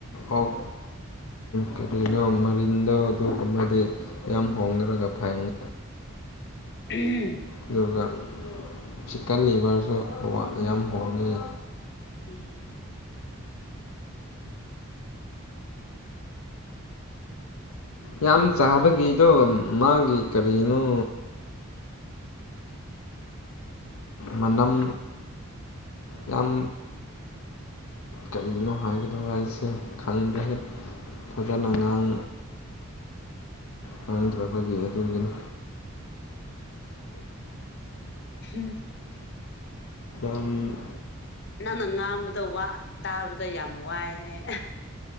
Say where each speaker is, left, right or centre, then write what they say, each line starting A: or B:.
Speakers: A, on the left; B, on the left.
A: ꯑꯣꯛ ꯀꯔꯤꯅꯣ ꯃꯔꯤꯟꯗꯣ ꯑꯗꯨ ꯑꯃꯗꯤ ꯌꯥꯝ ꯍꯣꯡꯈ꯭ꯔꯒ ꯐꯪꯦ
B: ꯎꯝ
A: ꯑꯗꯨꯒ ꯆꯤꯛꯀꯟ ꯂꯤꯚꯔꯁꯨ ꯌꯥꯝ ꯍꯣꯡꯉꯤ
B: ꯎꯝ
A: ꯌꯥꯝ ꯆꯥꯕꯒꯤꯗꯣ ꯃꯥꯒꯤ ꯀꯔꯤꯅꯣ ꯃꯅꯝ ꯌꯥꯝ ꯀꯔꯤꯅꯣ ꯍꯥꯏꯒꯗꯕ ꯑꯩꯁꯦ ꯈꯪꯈ꯭ꯔꯦ ꯐꯖꯠ ꯑꯉꯥꯡ ꯈꯥꯡꯗ꯭ꯔꯕꯒꯤ ꯑꯗꯨꯒꯤꯅ
B: ꯎꯝ
A: ꯑꯝ
B: ꯅꯪꯅ ꯉꯥꯡꯕꯗ ꯇꯥꯕꯗ ꯌꯥꯝ ꯋꯥꯏꯑ